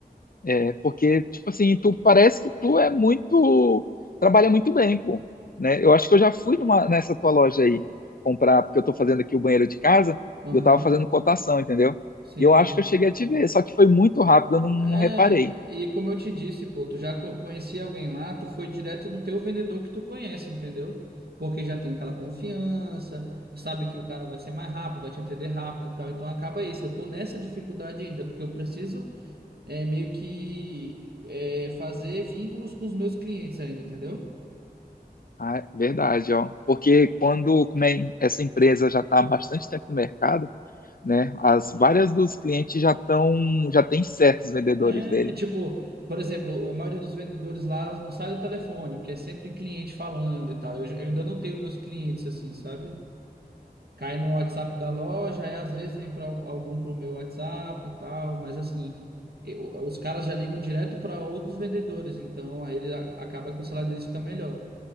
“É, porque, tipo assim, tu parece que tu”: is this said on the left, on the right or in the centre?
Left